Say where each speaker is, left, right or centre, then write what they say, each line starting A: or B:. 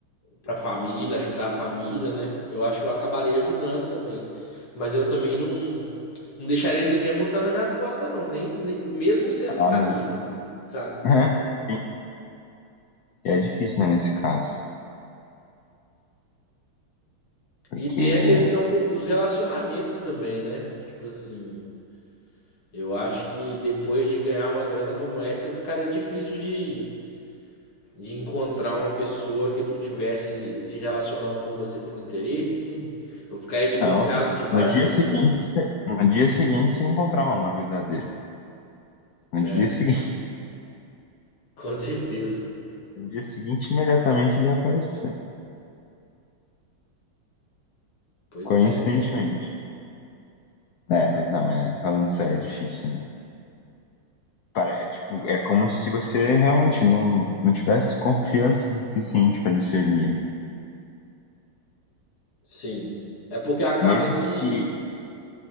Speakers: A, on the left (about 80°); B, on the left (about 70°).
A: para a família, ajudar a família, né? Eu acho que eu acabaria ajudando também. Mas eu também não, não deixaria ninguém montar nas minhas costas, não. Nem, nem- mesmo sendo
B: Ah,
A: família,
B: não.
A: assim, sabe?
B: <laughs> Sim. E é difícil, né, nesse caso. Porque,
A: E tem a questão do- dos relacionamentos também, né? Tipo assim, eu acho que depois de ganhar uma grana como essa, ficaria difícil de de encontrar uma pessoa que não tivesse se relacionando com você por interesse, sim. Eu ficaria desconfiado
B: não,
A: de várias
B: no dia
A: pessoas.
B: seguinte, você- no dia seguinte você encontrar um amor verdadeiro. No
A: É,
B: dia seguinte,
A: <laughs> com certeza.
B: <laughs> no dia seguinte imediatamente ele ia aparecer.
A: Pois
B: Coincidentemente.
A: é.
B: É, mas não, é, falando sério, é difícil, né? Para, é, tipo, é como se você realmente não, não tivesse confiança suficiente para discernir, né?
A: Sim. É porque acaba
B: Mesmo
A: que
B: que,